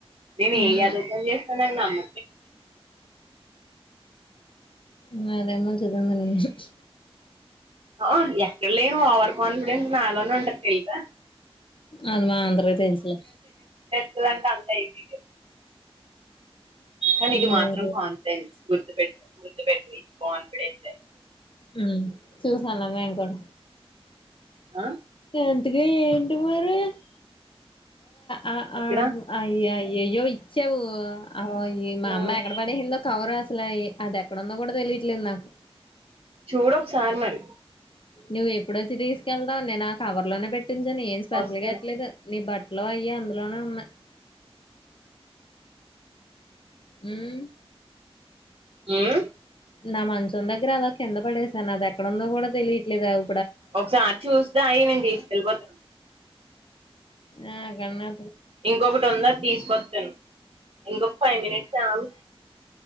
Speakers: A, on the right; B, on the left.
A: నేనెదవ
B: ఉమ్
A: పని చేసి చనంగా నమ్
B: మ్మ్ అదేమ <unintelligible>
A: ఆ ఎక్కడ లేని ఓవర్ కాన్ఫిడెన్స్ నాలోనే ఉంటది తెల్సా
B: అది మా ఆంధరికి తెలుసులే
A: ఇలాంటా అంతా ఈజీ లే కానీ ఇది
B: వేరే
A: మాత్రం కాన్ఫిడెన్స్ గుడ్ గుర్తు పెట్ గుర్తుపెట్టుకో కాన్ఫిడెన్సె
B: మ్మ్ చూసంలే మెంకూడ
A: అ
B: అంతగా ఏంటి మరీ ఆ
A: ఇక్కడ
B: ఆ ఉఅయిఆయి ఏయ్యో ఈ చెవు ఆ ఇ మా
A: ఉమ్,
B: అమ్మయి ఎక్కడ పడేసిందో కవర్ అసలఈ అది ఎక్కడందో కూడా తెలియట్లేదు నాకు
A: చూడొకసారి మరి
B: నువ్వు ఎప్పుడొచ్చి తీసుకెళ్త తావ్ నేను నా కవర్ లోనే పెట్టించాను ఏం స్పెషల్
A: వస్తాను
B: గా ఎట్లేదు నీ బట్ లో అయ్యో అందులోనే ఉన్నాయ్ మ్మ్
A: మ్మ్
B: నా మంచం దగ్గర అలా కింద పడేసాను అది ఎక్కడందో కూడా తెలియట్లేదు అవు
A: ఒకసారి చూస్తా అయి నేను తీసుకెళ్ళిపోత
B: ఆ కన్న
A: ఇంకొకటి ఉందది తీసుకొత్తను ఇంకొక ఫైవ్ మినిట్స్ అగు